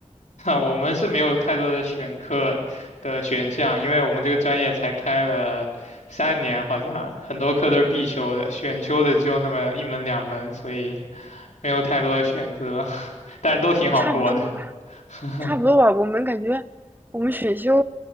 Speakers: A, on the left; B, on the right.
A: 哈，我们是没有太多的选课的选项，因为我们这个专业才开了三年，好像很多课都是必修的，选修的只有那么一门两门，所以没有太多的选择，<laughs> 但是都挺好过的。
B: 差不多吧。
A: <laughs>
B: 差不多吧。我们感觉我们选修，